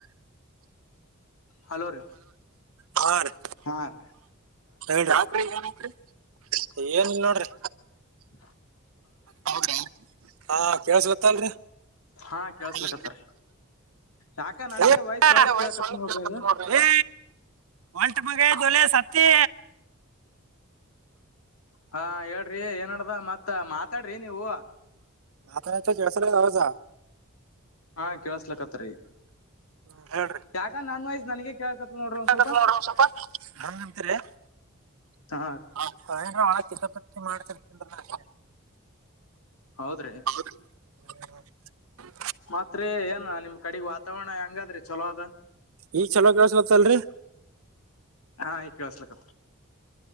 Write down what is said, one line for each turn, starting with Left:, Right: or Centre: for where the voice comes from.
Left: ಹಲೋ ರಿ
Right: ಹಾ ರೀ
Left: ಹಾ ರಿ.
Right: ಹೇಳ್ರಿ <unintelligible> ಏನ್ ಇಲ್ಲ ನೋಡ್ರಿ.
Left: ಹ.
Right: ಹೌದ ಹ ಕೇಳಸಲತ್ತ ಅಲ್ರಿ.
Left: ಹಾ ಕೇಳಸ್ಲಕತ್ತಾರ
Right: ಹ್ಮ
Left: ಯಾಕ ನನಗೆ
Right: ಕೆಲ್ಸತಾರಿ
Left: ಒಳ್ಳಿ
Right: ವಯಸ್ಸ
Left: ಕೇಳಕತ್
Right: ಒ
Left: ನೋಡ್ರಿ
Right: ಕೇಳ್ತ್
Left: ಅದು
Right: ನೋಡ್ರ. ಏ ಒಂಟ ಮಗ ಅದಿಲೆ ಸತ್ತಿ.
Left: ಹಾ ಹೇಳ್ರಿ ಏನಡ್ದ ಮತ್ ಮಾತಾಡ್ರಿ ನೀವು.
Right: ಆತ ಕೆಡಸಲಸಾ ಆವಾಸ.
Left: ಹಾ ಕೇಳಸ್ಲಕ್ಕತ್ರಿ.
Right: ಹ್ಮ್ ಹೇಳ್ರಿ.
Left: ಯಾಕ ನನ್ ವೈಸ್ ನನಗೆ. ಹಿಂಗೆ ಆತ್ ನೋಡ್ರಿ ಒಂದ
Right: ಆಗತ್
Left: ಸ್ವಲ್ಪ
Right: ನೋಡ್ರಿ ಸ್ವಲ್ಪ ಹಂಗಂತೀರಿ
Left: ಹಾ ರಿ.
Right: ನಾನ್ ಏನರ ಒಣ ಕಿತಪತಿ ಮಾಡ್ತಿರ್ತನ ರಿ.
Left: ಹೌದ್ರಿ.
Right: <inaudible>
Left: ಮಾತ್ತ ರಿ ಏನ ನಿಮ್ ಕಡೆಗ್ ವಾತಾವರಣ ಹೆಂಗಾದ್ರಿ ಚಲೋ ಅದ.
Right: ಈಗ್ ಚಲೋ ಕೇಳ್ಸಲತ್ತಲ್ರರಿ.
Left: ಹಾಂ ಇಗ ಕೇಳಾಸಲ ಕ ತ್ತ ರಿ.